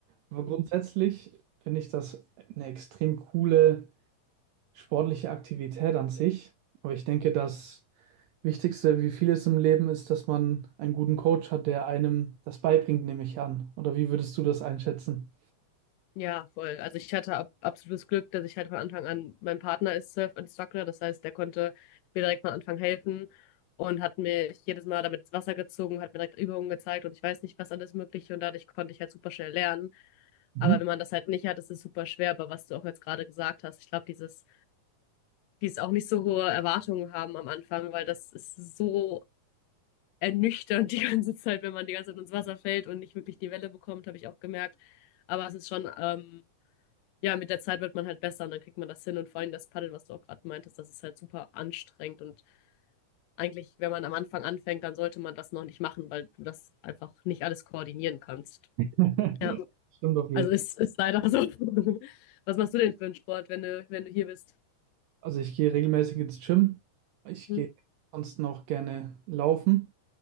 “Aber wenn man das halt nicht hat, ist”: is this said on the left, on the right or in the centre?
Left